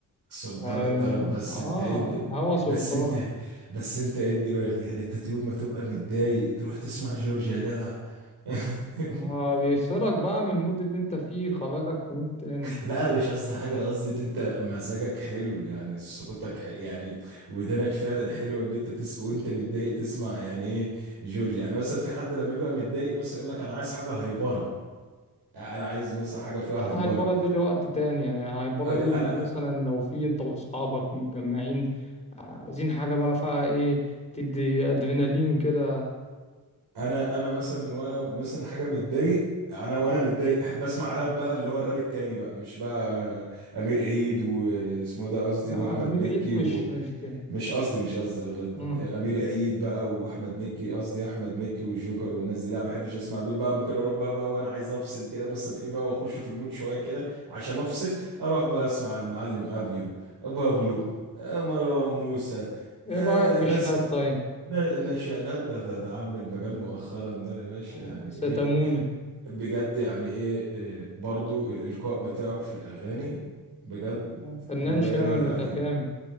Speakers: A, on the right; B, on the left.
A: سلطان
B: آه
A: الطرب بس
B: آه،
A: انت ادي
B: الهوى سلطان
A: بس انت بس انت ادي باخدي يعني انت يوم ما تبقى متضايق تروح تسمع جورج يا جدع <laughs>
B: آه بيفصلك بقى من المود اللي أنت فيه خرجك في مود تاني
A: لا انا مش قصدي حاجه انا قصدي ان انت مزاجك حلو يعني صوتك ح... يعني ودانك فعلا حلوه ان انت تسمع وانت متضايق تسمع يعني ايه جورج يعني مثلا في حد لما بيبقى متضايق مثلا يقول لك انا عايز حاجه هايبره يعني انا عايز مثلا حاجه فيها
B: لا انا
A: هايبره
B: هايبره دي لوقت تاني يعني هايبره
A: انا
B: دي مثلا لو في انت واصحابك متجمعين آه، عايزين حاجه بقى فيها ايه تدي ادرينالين كده
A: انا انا مثلا وانا مثلا حاجه متضايق انا وانا متضايق احب اسمع راب بقى اللي هو الراب التاني بقى مش بقى امير عيد واسمه إيه ده قصدي
B: لا
A: واحمد
B: مي
A: مكي
B: بعيد مش
A: و...
B: مش فيه.
A: مش قصدي مش قصدي غلط
B: اه
A: امير عيد بقى واحمد مكي قصدي احمد مكي والجوكر والناس دي لا ما بحبش اسمع دول بقى ممكن اروح بقى بقى وانا عايز افصل كده مثلا ايه بقى واخش في المود شويه كده عشان افصل اروح بقى اسمع المعلم ابيو بابلو آه، مروان موسى
B: ايه
A: آه،
B: رايك في
A: ناس
B: الشاب طيب
A: نا- ناشئ لا ده ده ده عامل المجال مؤخرا ده يا باشا
B: آه،
A: يعني ايه
B: ستاموني
A: بجد يعني ايه إيه، برضو الإلقاء بتاعه في الأغاني بجد
B: آه، فنان
A: لا
B: شامل
A: يعلى
B: متكامل
A: عليه